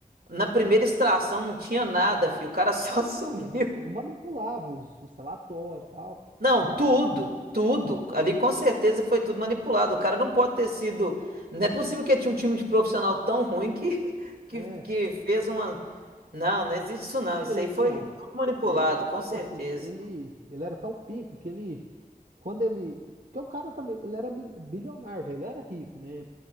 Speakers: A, on the right (about 75°); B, on the right (about 60°).
A: Na primeira extração não tinha nada, filho. O cara só <laughs> sumiu.
B: Não, ele, ele manipulava os, os relatórios e tal,
A: Não, tudo, tudo. Ali com certeza foi tudo manipulado. O cara não pode ter sido. Não é possível que tinha um time de profissional tão ruim que, <laughs> que,
B: né?
A: que fez uma. Não, não existe isso não.
B: Não,
A: Isso
B: E
A: aí
B: assim,
A: foi
B: ó,
A: tudo manipulado,
B: é,
A: com
B: tipo
A: certeza.
B: assim, ele, ele era tão pica que ele, quando ele, que o cara também, ele era bil- bilionário, velho, ele era rico, né?